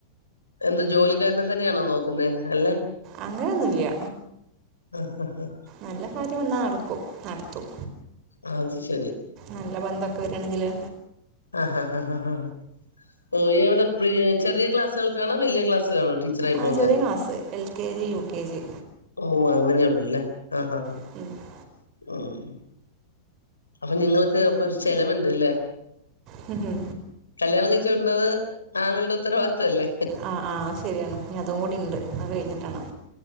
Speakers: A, on the left (about 80°); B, on the right (about 35°).
A: എന്ത് ജോലിക്കാരനെ തന്നെയാണോ നോക്കുന്നേ അല്ലെ?
B: അങ്ങനൊന്നുല്ല
A: ആഹ് ആഹ്
B: നല്ല കാര്യം വന്നാ നടക്കും ന ട്ത്തും
A: ആഹ് അത് ശരി
B: നല്ല ബന്ധമൊക്കെ വരാണെങ്കില്
A: ആ ഹാ ഹാ ഹാ ഹാ പോയവര് എപ്പഴാ ചെറിയ ക്ലാസ്സൾക്കാണോ വല്യ ക്ലാസ്സിലാണോ? ടീച്ചറായി പോവുന്നെ
B: ആ ചെറ്യാ class L K G U K G.
A: ഓ അങ്ങനെള്ളൂല്ലേ ആഹ് ഹ ഹാ
B: നഴ്സറിയിലാണ്
A: ഉം. അപ്പൊ നിങ്ങൾക്ക് അപ്പൊ ഒരു ചെലവ്ണ്ട്ല്ലേ.
B: മ് മ്.
A: കല്യാണം കയ്ച്ച് വിടേണ്ടത് ആങ്ങളുടെ ഉത്തരവാദിത്വമല്ലേ.
B: ആ ആ അത് ശെരിയാണ് ഇനീ അതും കൂടിണ്ട് അത് കഴിഞ്ഞിട്ടാണം.